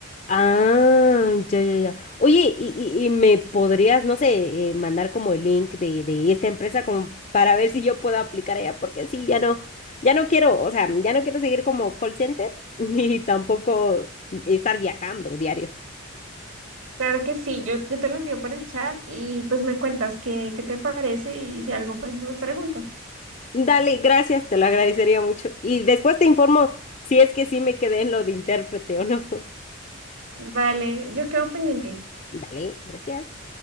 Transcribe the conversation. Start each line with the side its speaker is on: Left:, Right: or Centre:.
Left: Ah, ya, ya, ya. Oye, y, y- y me podrías, no sé, eh, mandar como el link de, de esta empresa como para ver si yo puedo aplicar allá, porque sí, ya no, ya no quiero, o sea, ya no quiero seguir como call center, <laughs> ni tampoco estar viajando diario.
Right: Claro que sí, yo, yo te lo envío por el chat y pues me cuentas qué, qué te parece y, si algo pues me preguntas.
Left: Dale, gracias, te lo agradecería mucho. Y después te informo si es que sí me quedé en lo de intérprete o no. <laughs>
Right: Vale, yo quedo pendiente.
Left: Dale, gracias.